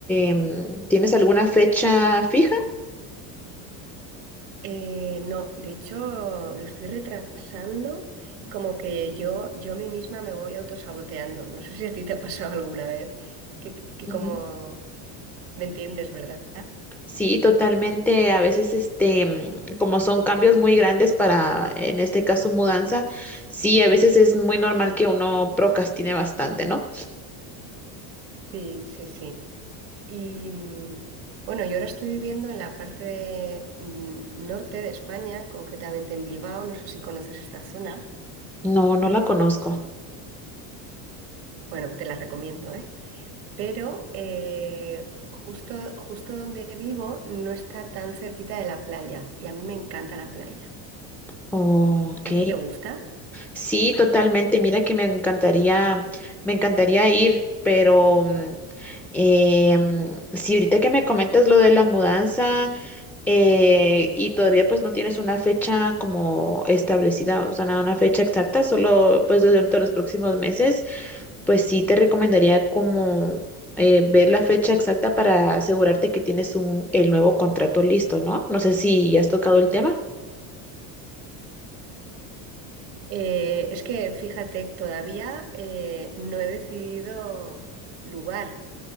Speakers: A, in the centre; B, on the right.
A: em, ¿tienes alguna fecha fija?
B: Eh, no, de hecho lo estoy retrasando, como que yo, yo a mí misma me voy autosaboteando. No sé si a ti te ha pasado alguna vez, que, que
A: Ujú.
B: como me entiendes, ¿verdad?
A: Sí, totalmente. A veces, este, mm, como son cambios muy grandes para, en este caso, mudanza, sí, a veces es muy normal que uno procrastine bastante, ¿no?
B: Sí, sí, sí. Y mm, bueno, yo ahora estoy viviendo en la parte de, mm, norte de España, concretamente en Bilbao. No sé si conoces esta zona.
A: No, no la conozco.
B: Bueno, te la recomiendo, ¿eh? Pero eh, justo, justo donde vivo no está tan cerquita de la playa y a mí me encanta la playa.
A: Ok.
B: ¿A ti te gusta?
A: Sí, totalmente. Mira que me encantaría, me encantaría ir, pero mm, eh, mm, si ahorita que me comentas lo de la mudanza eh, y todavía pues no tienes una fecha como establecida, o sea, nada, una fecha exacta, solo pues durante los próximos meses, pues sí te recomendaría como eh, ver la fecha exacta para asegurarte que tienes un, el nuevo contrato listo, ¿no? No sé si ya has tocado el tema.
B: Eh, es que fíjate, todavía eh, no he decidido lugar,